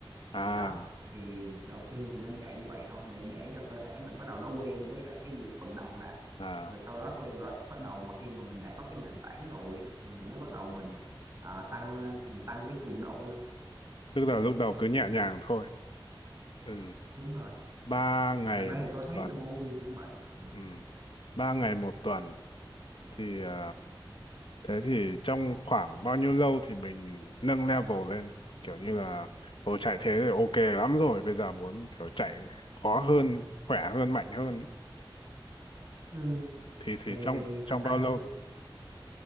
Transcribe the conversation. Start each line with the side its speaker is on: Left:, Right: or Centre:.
Left: à
Right: thì đó thì đầu tiên thì nên chạy như vậy thôi để để cho cơ thể mình bắt đầu nó quen với lại cái nhịp vận động đã
Left: à
Right: rồi sau đó khi bắt bắt đầu mà khi mà mình đã có cái nền tảng rồi ấy, thì mình mới bắt đầu mình à, tăng lên mình tăng cái cường độ lên
Left: tức là lúc đầu cứ nhẹ nhàng thôi ừ
Right: đúng rồi
Left: ba ngày
Right: thật ra
Left: một
Right: thì tôi thấy
Left: tuần
Right: là môn gì cũng vậy ừ.
Left: ừ ba ngày một tuần thì ờ, thế thì trong khoảng bao nhiêu lâu thì mình nâng level lên kiểu như là ồ chạy thế thì ok lắm rồi bây giờ muốn kiểu chạy khó hơn khỏe hơn mạnh hơn ấy.
Right: Ừ.
Left: thì thì
Right: thì
Left: trong
Right: thì
Left: trong
Right: thật ra
Left: bao lâu
Right: thì tôi